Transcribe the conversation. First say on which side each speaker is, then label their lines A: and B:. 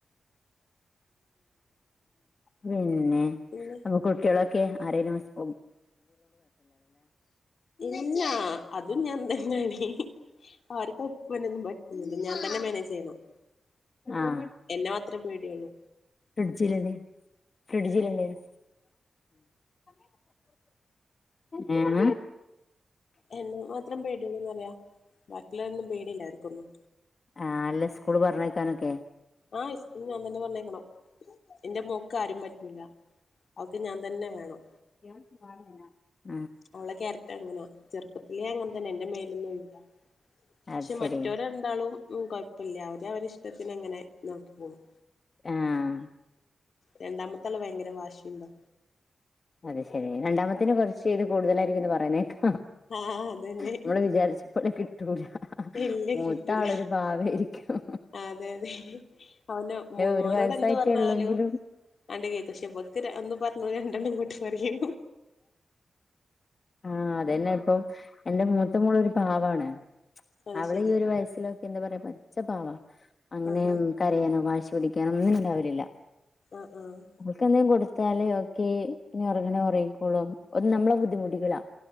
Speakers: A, on the left (about 40°); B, on the left (about 60°).
A: പിന്നെ
B: പിന്നെ
A: അപ കുട്ടികളൊക്കെ ആരെനു <unintelligible>
B: ഇല്ല അതും ഞാൻ തന്നെയാണ് അവർക്ക്പ്പനൊന്നും പറ്റുന്നില്ല ഞാൻ തന്നെ മാനേജ് ചെയ്യണം
A: ആഹ
B: എന്നെ മാത്രമേ പേടിയുള്ളൂ
A: ഫ്രിഡ്ജില് <unintelligible> ഫ്രിഡ്ജിലുണ്ടേനൂ <unintelligible> <inaudible> ഏം
B: എന്നെ മാത്രം പേടിയൂള്ളൂന്ന് പറയ ബാക്കിയുള്ളൊരൊന്നും പേടിയില്ലാവർക്കൊന്നും
A: ആ അല്ല സ്കൂള് പറഞ്ഞയക്കാനൊക്കെ
B: ആഹ് ഇസ്കൂളി ഞാൻ തന്നെ പറഞ്ഞേക്കണം എന്റെ മോക്ക് ആരും പറ്റൂല അവക്ക് ഞാൻ തന്നെ വേണം
A: <unintelligible> <inaudible>
B: അവളെ കേരറ്റ് അങ്ങനാ ചെർ <unintelligible> പ്പത്തിലേ അങ്ങനതന്നെ എന്റെ മേലൊന്നൊയൂല
A: അത്
B: പക്ഷെ
A: ശരി
B: മറ്റോര്ണ്ടാളും ഉ കൊഴപ്പില്ല അവര് അവരിഷ്ടത്തിന് അങ്ങനെ നോക്കി പോകും
A: ആഹ
B: രണ്ടാമത്തെ ആള് ഭയങ്കെര വാശിയുണ്ടോ
A: അതെ ശെരിയാ രണ്ടാമത്തിന് കുറച്ച് ഇത് <unintelligible> കൂടുതലായിരിക്കുംന്ന് പറയുന്നേക്ക
B: ആഹ് അതന്നെ
A: നമ്മള് വിചാരിച്ചപ്പോലെ കിട്ടൂല
B: ഇല്ല
A: മൂത്ത
B: കിട്ടൂല
A: ആളൊരു പാവയ്ര്ക്കും
B: അതെ അതെ അവന മോനോട്
A: ഒരു വയസ്സായിട്ടേ
B: എന്ത് പറഞ്ഞാലും
A: ഉള്ളെങ്കിലും
B: അണ്ട കേക്കക്ഷെ <unintelligible> ഒരിക്ക ഒന്ന് പറഞ്ഞ പോ രണ്ടെണ്ണം ഇങ്ങോട്ട് പറിയൂ
A: ആഹ അതന്നെ ഇപ്പം എന്റെ മൂത്ത മോളൊരു പാവാണ്
B: അത്
A: അവള്
B: ശരി
A: ഈ ഒരു വയസ്സിലൊക്കെ എന്താ പറയാ പച്ച പാവാ അങ്ങനെ
B: ആഹാ
A: കരയാനോ വാശി പിടിക്കാനൊ ഒന്നിനു ണ്ടാവലില്ല
B: ആഹ് ആഹ്
A: ഇവക്ക് എന്ത് <unintelligible> ത്താലേ ഓക്കെ ഇനി ഉറങ്ങണേ ഉറങ്ങിക്കോളും ഒ <unintelligible> നമ്മളെ ബുദ്ധിമുട്ടിക്കൂല